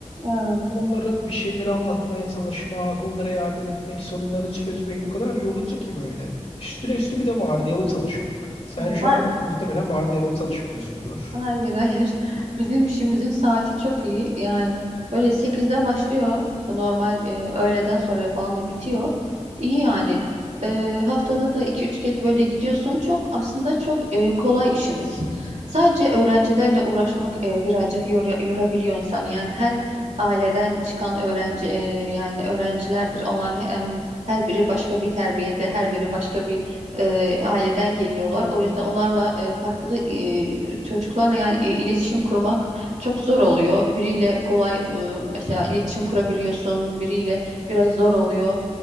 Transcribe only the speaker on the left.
Onlara bir şeyleri anlatmaya çalışmak, onlara yardım etmek, sorunlarını çözmek o kadar yorucu ki böyle. Üstüne üstü bir de vardiyalı çalışmak. Sen
şu
an muhtemelen vardiyalı çalışmıyorsundur.